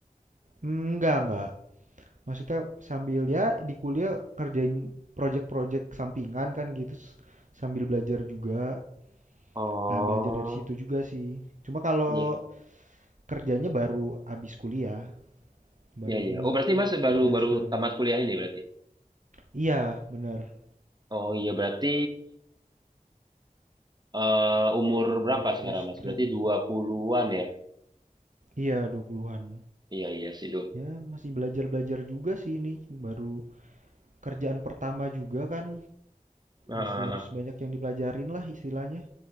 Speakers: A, on the right; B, on the right.
A: Hmm, enggak, enggak. Maksudnya sambil ya di kuliah kerjain project-project sampingan kan gitu s- sambil belajar juga
B: Oh,
A: Nah, belajar dari situ juga sih. Cuma kalau
B: iya.
A: kerjanya baru habis kuliah, baru
B: Iya, iya.
A: ini
B: Oh, berarti Mas baru
A: kerjaan
B: baru
A: sekarang.
B: tamat kuliah ini berarti.
A: Iya, benar.
B: Oh, iya berarti eh, umur berapa
A: Baru fresh
B: sekarang, Mas?
A: grad.
B: Berarti 20-an ya?
A: Iya, 20-an.
B: Iya, iya sih
A: Ya, masih belajar-belajar juga sih ini. Baru kerjaan pertama juga kan.
B: 20-an.
A: Masih harus banyak yang dipelajarin lah istilahnya.